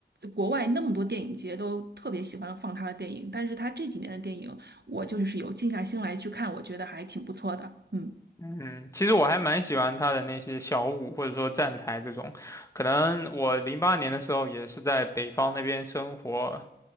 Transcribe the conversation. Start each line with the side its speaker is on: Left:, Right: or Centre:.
Right: 国外那么多电影节都特别喜欢放他的电影，但是他这几年的电影，我就是有静下心来去看，我觉得还挺不错的。嗯，
Left: 嗯，其实我还蛮喜欢他的那些小舞或者说站台这种，可能我零八年的时候也是在北方那边生活，